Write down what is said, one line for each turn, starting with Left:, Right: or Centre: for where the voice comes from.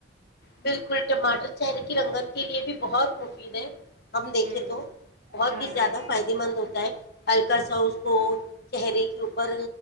Left: بالکل ٹماٹر چہرے کی رنگت کے لیے بھی بہت مفید ہے ہم دیکھیں
Right: ہوں
Left: تو بہت
Right: ہاں
Left: ہی
Right: ہاں
Left: زیادہ فائدے مند ہوتا ہے ہلکا سا اس کو چہرے کے اوپر